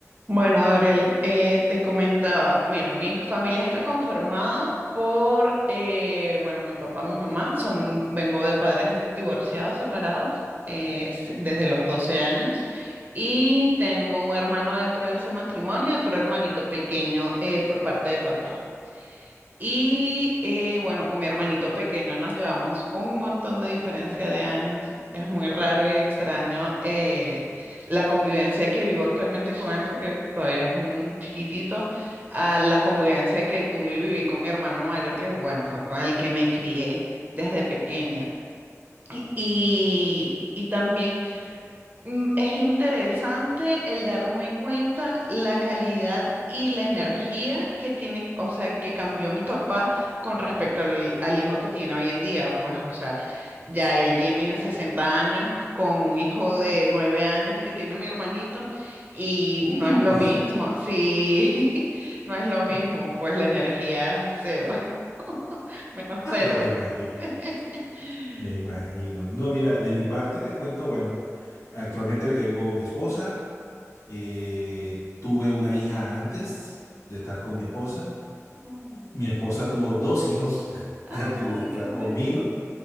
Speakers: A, on the right; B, on the left.
A: Bueno, Gabriel, eh, te comentaba, mira, mi familia está conformada por, eh, bueno, mi papá, mi mamá, son, vengo de padres divorciados, separados, eh, s- desde los 12 años, y tengo un hermano dentro de ese matrimonio, otro hermanito pequeño eh, por parte de papá. Y eh, bueno, con mi hermanito pequeño nos llevamos un montón de diferencia de años. Es muy raro y extraño eh, la convivencia que vivo actualmente con él, porque todavía es un chiquitito, a la convivencia que tuve y viví con mi hermano mayor, que bueno, fue con el que me crié desde pequeña. Y, y también Mm, Es interesante el darme cuenta la calidad y la energía que tiene, o sea, que cambió mi papá con respecto al, al hijo que tiene hoy en día. Pues, o sea, ya él tiene 60 años con un hijo de 9 años que tiene mi hermanito y
B: Uy,
A: no es lo mismo, sí, <laughs> no es lo
B: <laughs>
A: mismo, pues la energía cero, <laughs> menos cero.
B: no me imagino,
A: <laughs>
B: me imagino. No, mira, de mi parte te cuento, bueno, actualmente tengo mi esposa, eh, tuve una hija antes de estar con mi esposa,
A: Ay,
B: mi esposa tuvo dos hijos <laughs>
A: ay,
B: antes de estar
A: qué bueno.
B: conmigo